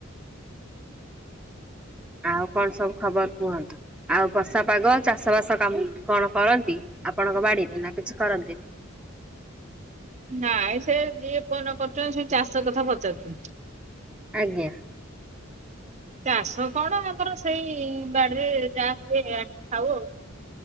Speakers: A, in the centre; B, on the right (about 35°).
A: ଆଉ କଣ ସବୁ ଖବର କୁହନ୍ତୁ। ଆଉ ବର୍ଷା ପାଗ ଚାଷ ବାସ କାମ କଣ କରନ୍ତି ଆପଣଙ୍କ ବାଡିରେ ନା କିଛି କରନ୍ତିନି।
B: ନାଇଁ ସେ ଯିଏ କନ କରୁଛନ୍ତି ସେ ଚାଷ କଥା ପଚାରୁଛନ୍ତି।
A: ଆଜ୍ଞା।
B: ଚାଷ କଣ ଆମର ସେଇ ବାଡିରେ ଯାହା ହୁଏ ଆ ଖାଉ ଆଉ